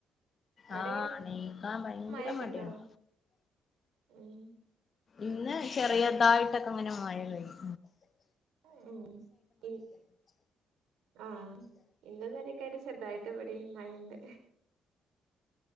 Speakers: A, on the right; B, on the left.
A: അവിടെ
B: ആഹ്
A: എങ്ങനെ
B: എണീക്കാൻ ഭയങ്കര
A: മഴയൊക്കെ
B: മടിയാണ്
A: ഉണ്ടോ ഉം
B: ഇന്ന് ചെറിയതായിട്ടൊക്കെ ഇങ്ങനെ മഴ പെയ്ത്
A: ഒ ഓ ആഹ് ഇന്നും ഇന്നലെയൊക്കെയായിട്ട് ചെറുതായിട്ട- ഇവിടെയും മഴണ്ട്